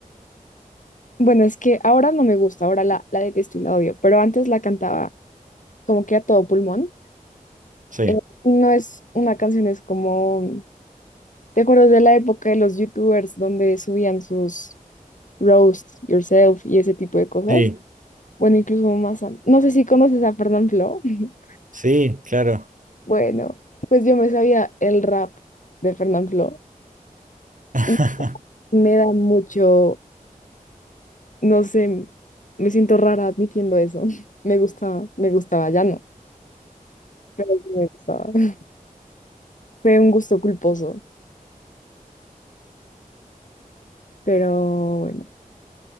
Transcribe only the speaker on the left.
bueno, es que ahora no me gusta, ahora la, la detesto y la odio, pero antes la cantaba como que a todo pulmón.
Eh, no es una canción, es como, ¿te acuerdas de la época de los youtubers donde subían sus roast yourself y ese tipo de cosas?
Bueno, incluso más, an- no sé si conoces a Fernanfloo. <laughs>
Bueno, pues yo me sabía el rap de Fernanfloo
y me da mucho, no sé, me siento rara admitiendo eso. <laughs> Me gustaba, me gustaba, ya no, pero sí me gustaba. <laughs> Fue un gusto culposo, pero bueno.